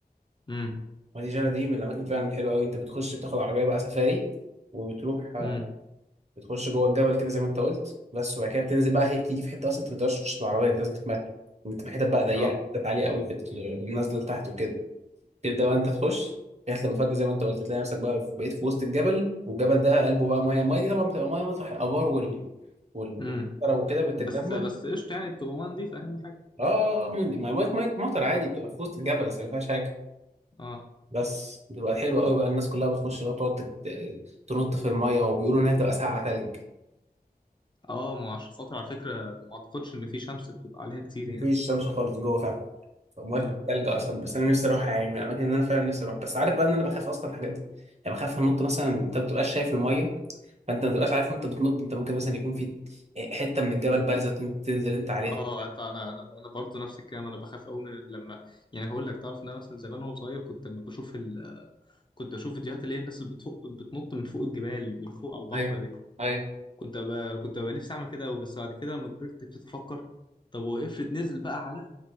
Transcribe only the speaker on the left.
امم
امم
اه
امم
بس بس قشطة يعني بتبقى مندي أهم حاجة
مم.
اه
اه ما عشان خاطر على فكرة ما أعتقدش إن في شمس بتبقى عليها كتير
يعني
امم
اه أنت- انا انا انا برضه نفس الكلام انا بخاف قوي من لما يعني هقول لك تعرف ان انا مثلا زمان وانا صغير كنت لما بشوف ال... كنت بشوف فيديوهات اللي هي الناس اللي بتفوق بتنط من فوق الجبال من فوق على البحر
دي
كنت أبقى كنت أبقى نفسي أعمل كده أوي، بس بعد كده لما كبرت ابتديت أفكر طب وافرض نزل بقى على